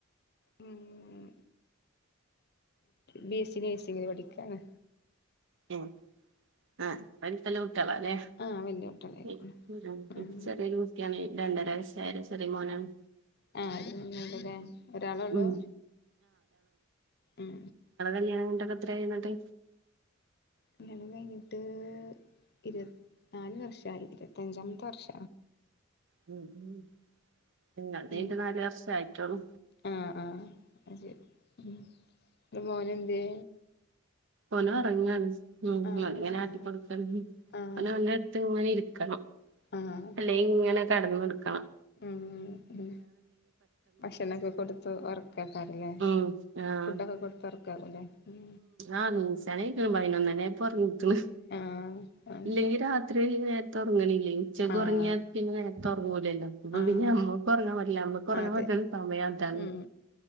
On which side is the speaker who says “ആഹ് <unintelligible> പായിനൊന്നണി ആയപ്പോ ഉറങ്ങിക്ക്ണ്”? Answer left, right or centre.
Right